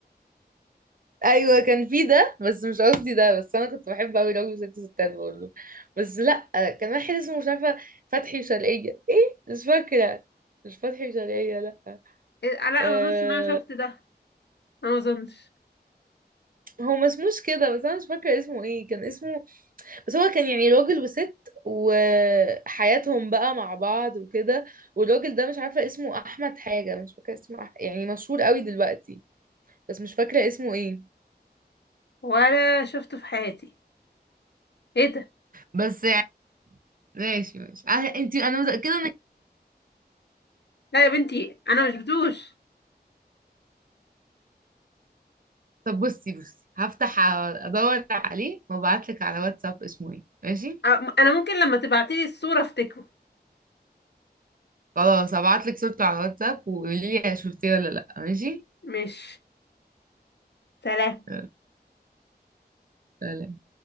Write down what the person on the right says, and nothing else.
ايوه كان في ده بس مش قصدي ده بس انا كنت بحب قوي راجل وست ستات بقول له بس لا كان واحد اسمه مش عارفه فتحي وشرقيه ايه مش فاكره مش فتحي وشرقيه لا
أه
هو ما اسموش كده بس انا مش فاكره اسمه ايه كان اسمه بس هو كان يعني راجل وست وحياتهم بقى مع بعض وكده والراجل ده مش عارفه اسمه احمد حاجه مش فاكره اسمه أح... يعني مشهور قوي دلوقتي بس مش فاكره اسمه ايه
بس يعني ماشي ماشي انت انا متاكده ان
طب بصي بصي هفتح ع- ادور عليه وابعتلك على واتساب اسمه ايه ماشي
خلاص هبعتلك صورته على واتساب وقولي لي شفتيه ولا لا ماشي
يلا، سلام